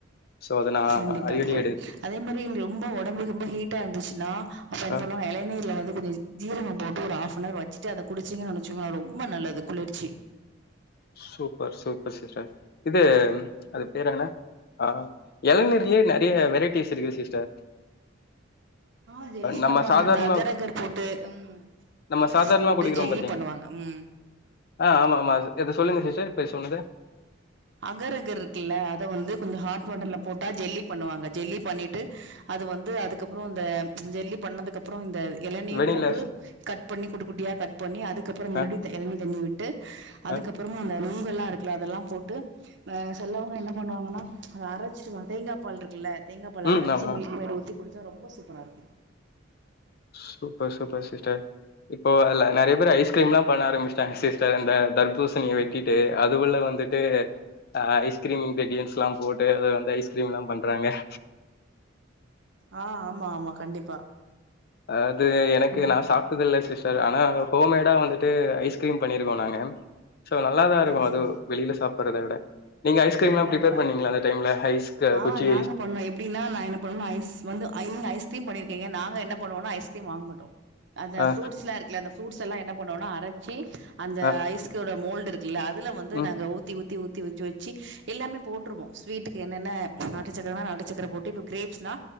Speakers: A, on the left; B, on the right.
A: சோ அத நா
B: கண்டிப்பா
A: அடிக்கடி எடு
B: அதே மாரி இந்து ரொம்ப ஒடம்பு ரொம்ப ஹீட்டா இருந்துச்சுன்னா அப்ப என்ன
A: ஆ
B: பண்ணுவோ எளநீர்ல வந்து கொஞ்ச ஜீரக போட்டு ஒரு ஆஃப்னவர் வெச்சுட்டு அத குடிச்சிங்கன்னு நெனைச்சுங்க அது ரொம்ப நல்லது குளிர்ச்சி
A: சூப்பர் சூப்பர் சிஸ்டர் இது அது பேர் என்ன ஆ எளநீர்லேயே நெறைய வெரைட்டிஸ் இருக்கு சிஸ்டர்
B: ஆ ஜெல்லி
A: நம்ம
B: பண்ணுவாங்க
A: சாதாரணமா
B: அந்த அகர் அகர் போட்டு ம்
A: நம்ம
B: அகர்
A: சாதாரணமா
B: அகர் போட்டு
A: குடிக்கிறோம்
B: ஜெல்லி
A: பாத்தீங்க
B: பண்ணுவாங்க ம்
A: ஆ ஆமா ஆமா இத சொல்லுங்க சிஸ்டர் இப்ப இ சொல்லுங்க
B: அகர் அகர் இருக்குல்ல அத வந்து கொஞ்சொ ஹாட் வாட்டர்ல போட்டா ஜெல்லி பண்ணுவாங்க ஜெல்லி பண்ணிட்டு அது வந்து அதுக்கப்புறோ இந்த ஜெல்லி பண்ணதுக்கு அப்புறோ இந்த எளநியு
A: வெண்ணிலா
B: போட்டு கட் பண்ணி குட்டி குட்டியா கட் பண்ணி அதுக்கப்புறோ மறுபடி
A: ஆ
B: எளநி தண்ணி விட் ட்டு அதுக்கப்புறமு
A: ஆ
B: அந்த நுங்கெல்லா இருக்குல அதெல்லா போட்டு ஆ செலவங்க என்ன பண்ணுவாங்கன்னா அத அரச்சிருவாங் தேங்கா பால்ருக் குல்ல தேங்காபால்
A: ம்
B: அரச்சு
A: ஆமா
B: மில்க்மெய்ட் உத்தி குடிச்சா ரொம்ப சூப்பரா இருக்கு
A: சூப்பர் சூப்பர் சிஸ்டர் இப்போ அதுல நெறைய பேர் ஐஸ்கிரீம்ல்லா பண்ண ஆரம்பிச்டாங்க சிஸ் அ இந்த தர்பூசணிய வெட்டிட்டு அது உள்ள வந்துட்டு அ ஐஸ்கிரீம் இ்ன்கீரீடியன்ஸ் எல்லா போட்டு அத வந்து ஐஸ்கிரீம்லா பண்றாங்க
B: ஆ ஆமா ஆமா கண்டிப்பா
A: அது எனக்கு
B: ம்
A: நா சாப்ட்டதில்ல சிஸ் சோ ஆனா ஹோம்மேடா வந்துட்டு ஐஸ்கிரீம் பண்ணிருவே நானு சோ நல்லாதா இருக்கு
B: சரி
A: அது
B: சரி
A: வெளில சாப்றதவிட நீங்க ஐஸ்கிரீம்லா
B: கண்டிப்பா.
A: பிரிப்பர் பண்ணுவிங்கலா அந்த டைம்ல ஐஸ்
B: ஆ
A: குச்சி
B: நாங்க பண்ணோ இப் அப்டினா நா என்ன பண்ணுவேனா ஐஸ் வந்து ஐ ஐஸ்கிரீம் பண்ணிருக்கீங்க நாங்க என்ன பண்ணுவோனா ஐஸ்கிரீம் வாங்க மாட்டோ அந்த
A: அ
B: ஃப்ரூட்ஸ்லா இருக்குல்ல அந்த ஃப்ரூட்ஸ் எல்லா என்ன பண்ணுவோனா அரச்சி அந்த
A: அ
B: ஐஸ்கோட மோல்டு இருக் இல்ல அதுல வந்து
A: ம்
B: நாங்க ஊத்தி ஊத்தி ஊத்தி ஊத்தி வெச்சு எல்லாமே போட்ருவோ ஸ்வீட்டுக்கு னென்ன நாட்டு சக்கரன்னா நாட்டு சக்கர போட்டு இப்ப கிரேப்ஸ்னா